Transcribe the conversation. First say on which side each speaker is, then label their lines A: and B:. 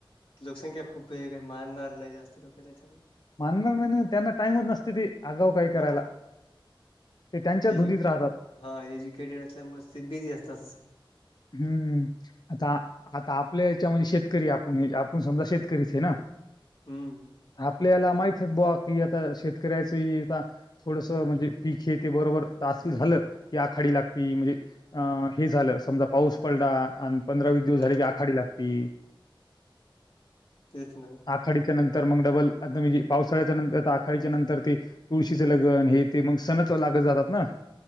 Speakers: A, on the left; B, on the left.
A: लोकसंख्या खूप हे रे मानणार नाही जास्त लोक त्याच्यामु
B: माननार नाही नाही त्यांना टाइम च नसते ती आगाव काही
A: हा
B: करायला. ते त्यांच्या
A: एज्युके
B: धुंदीत राहतात
A: हा एज्युकेटेड असल्यामुळेच ते बिझी असतात.
B: हम्म. आता आता आपल्या याच्यामध्य शेतकरी आपण हे आपण समजा शेतकरीच आहे ना?
A: हम्म.
B: आपल्याला माहित आहे बुवा की आता शेतकऱ्याच हे आता थोडस म्हणजे पीखे ते बरोबर असल झालं की आखाडी लागती म्हणजे अ हे झालं समजा पाऊस पडला आण पंधरा वीस दिवस
A: हो
B: झाले की आखाडी लागती
A: तेच ना.
B: आखाडीच्या नंतर मग डबल अस म्हणजे पावसाळ्याच्या नंतर आखाडीच्या नंतर ते तुळशीचे लगन हे ते मग सणच लागत जातात ना.